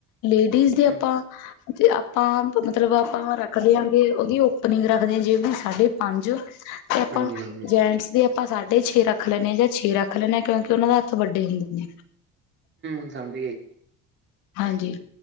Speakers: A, on the left; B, on the right.
A: ਲੇਡੀਜ਼ ਦੀ
B: ਹੂੰ।
A: ਅਪਾਂ ਤੇ ਆਪਾਂ ਮਤਲਬ ਆਪਾਂ ਰੱਖਦੇ ਆਂਗੇ, ਓਦੀ ਓਪਨਿੰਗ ਰੱਖਦੇ ਹਾਂ ਜੇਬ ਦੀ ਸਾਢੇ ਪੰਜ ਤੇ ਆਪਾਂ
B: ਹਾਂਜੀ-ਹਾਂਜੀ,
A: ਜੈਂਟਸ ਦੀ ਆਪਾਂ ਸਾਢੇ ਛੇ ਰੱਖ ਰੱਖ ਲੈਣੇ ਜਾਂ ਛੇ ਰੱਖ ਲੈਣੇ ਆ, ਕਿਉਂਕਿ ਓਨਾਂ ਦੇ ਹੱਥ ਵੱਡੇ ਹੁੰਦੇ ਨੇ।
B: ਵੀ ਸਮਝ ਗਈ।
A: ਹਾਂਜੀ